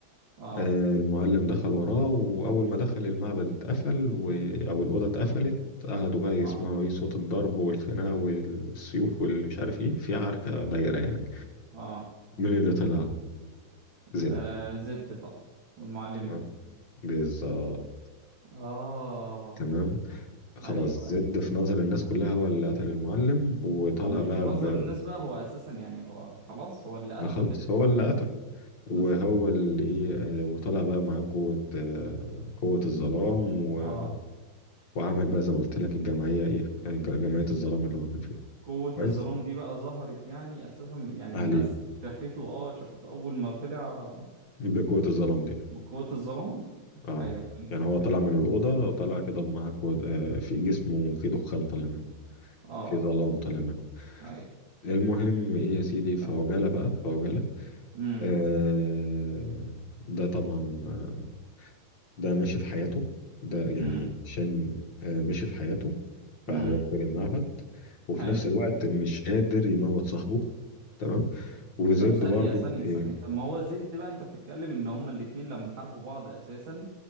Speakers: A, on the right; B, on the left.
A: اه
B: آه، المعلم دخل وراه وأول ما دخل المعبد اتقفل و... أو الأوضة اتقفلت قعدوا بقى
A: اه
B: يسمعوا إيه صوت الضرب والخناقة والسيوف واللي مش عارف إيه في عركة دايرة يعني
A: اه
B: مين اللي طلع؟ زد
A: آه، زد طبعا والمعلم
B: تمام
A: مات
B: بالظبط
A: اه
B: تمام خلاص
A: ايوه
B: زد
A: ايوه
B: في نظر الناس كلها هو اللي قتل المعلم وطلع
A: هو مش
B: بقى
A: في نظر
B: ب...
A: الناس بقى هو اساسا يعني هو خلاص هو اللي قتله
B: ما خلاص
A: كده
B: هو
A: كده.
B: اللي قتله
A: بالظبط
B: وهو اللي ايه آه، وطلع بقى معاه قوة آه، قوة الظلام و...
A: اه
B: وعمل بقى زي ما قلت لك الجمعية ايه آه، ج- جمعية الظلام اللي هو كان فيها
A: قوة
B: كويس
A: الظلام دي بقى ظهرت يعني اساسا يعني
B: اهلي
A: الناس شافته اه شافته اول ما طلع
B: بقوة الظلام دي
A: بقوة الظلام
B: اه
A: ايوه فهمتك
B: يعني هو
A: فهمت
B: طلع من الأوضة طلع كده معاه كو... آه في جسمه في دخان طالع منه
A: اه
B: في ظلام طالع منه
A: ايوه
B: المهم ايه يا سيدي في
A: تمام
B: عجالة بقى في عجالة
A: امم
B: آه ده طبعا آه، ده ماشي في حياته ده يعني
A: امم
B: شن آه ماشي في حياته فهو
A: امم
B: كبير المعبد وفي
A: حلو
B: نفس الوقت مش قادر يموت صاحبه تمام وزد
A: طب ثانية
B: برضو
A: ثانية
B: ايه
A: ثانية طب ما هو زد بقى انت بتتكلم ان هما الاتنين لما حاربوا بعض اساسا